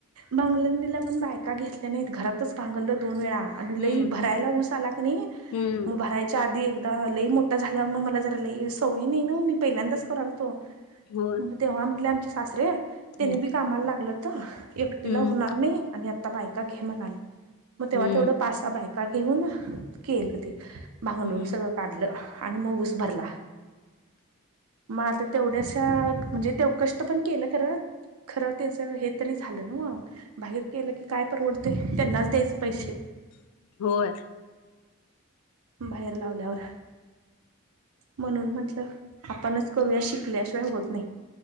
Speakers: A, on the right (about 80°); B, on the left (about 80°).
A: भंगलीनीला पण बायका घेतल्या नाहीत. घरातच भांगलं दोन वेळा. आणि
B: हम्म
A: लई भरायला ऊस आला कणी
B: हम्म
A: मग भरायच्या. आधी एकदा लई मोठा झाला मग मला. जरा लई सवय नाही ना. मी पहिल्यांदाच करालतो
B: होय
A: मग तेव्हा म्हटले. आमचे सासरे! त्यानी
B: हम्म
A: बी कामाला लागलंत. एकटीला
B: हम्म
A: होणार नाही. आणि आता बायका घे म्हनाआलते. मग तेव्हा
B: हम्म
A: तेवढ पा- सहा बायका घेऊन. केलं ते. भांगलून
B: हम्म
A: सगळं काढलं. आणि मग ऊस भरला. मग आता तेवढ्याशा म्हणजे. तेव कष्ट पण केलं खरं. खर त्याच हे तरी झालं ना. म बाहेर केलं की काय परवड ते त्यांनाच द्याच पैसे.
B: होय
A: बाहेर लावल्यावर म्हणून म्हटलं. आपणच करू या शिकलेशिवाय होत नाही.